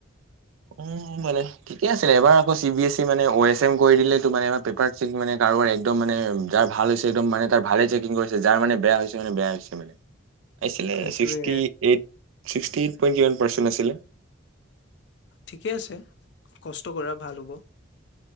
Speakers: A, on the right; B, on the left.
A: অ', মানে ঠিকে আছিলে এবাৰ আকৌ চি বি এছ ই মানে অ এছ এম কৰি দিলে মানে। এবাৰ পেপাৰ চেকিং মানে কাৰোবাৰ একদম মানে যাৰ ভাল হৈছে একদম মানে তাৰ ভালেই চেকিং কৰিছে। যাৰ মানে বেয়া হৈছে মানে বেয়া হৈছে মানে। আহিছিলে
B: সেইটোৱে
A: ছিক্সটি এইট, ছিক্সটি এইট। কিমান পাৰ্চেণ্ট আছিলে?
B: ঠিকেই আছে কষ্ট কৰা ভাল হ'ব।